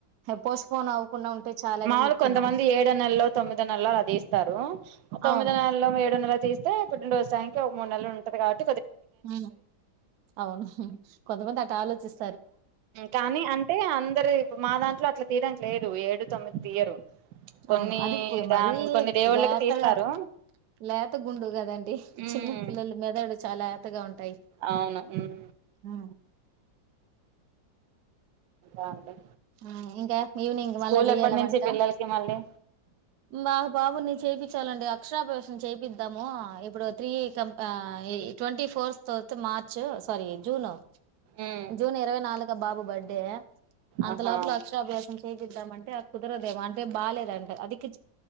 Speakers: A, on the right; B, on the right.
A: పోస్టపోన్ అవు <unintelligible> అంటే చాలానే
B: మాములు
A: మొక్కున్నాం
B: కొంతమంది ఏడో నెల్లో తొమ్మిదొ నెళొ అలా తీస్తారు తొమ్మిదొ
A: అవును.
B: నెలలో ఏడు నెల తీస్త తే పుట్టిన రోజు టైంకి ఒక మూడు నెలు ఉంటది కాట్
A: ఉ అవును కొంతమంది అట్ ఆలోచిస్
B: కానీ అంటే అందరు మా దాంట్లో అట్లా తీయడానికి లేదు ఏ డు తొమిద్ తీయరు కొన్ని
A: అవును అది పో మరీ
B: దాన్ కొన్ని దేవుళ్ళకి
A: లేతగా
B: తీస్తారు
A: లేత గుండు కదండి
B: ఉమ్
A: చిన్న పిల్లలు మెదడు చాలా లేతగా ఉంటాయి
B: అవును ఉమ్
A: ఉ
B: ఆ అండి
A: ఊ ఇంకా ఇవినింగ్
B: స్కూల్
A: మళ్ళా జేయాల
B: ఎప్పటి నుంచి
A: వంట
B: పిల్లలకి మళ్ళీ
A: మా బాబుని చేపించలాండి అక్షరాభ్యాసం చేపిద్దాము ఇప్పుడు త్రీ కం ట్వంటీ ఫోర్త్ తో మార్చ్ పరీ జూన్
B: ఉమ్
A: జూన్ ఇరవై నాలుగ బాబు బర్త్డే అంతలోపుల
B: ఆహా
A: అక్షరాభ్యాసం చేయిపిద్దామంటే ఆ కుదరదేమేం అంటే బాలేదంటే అదికే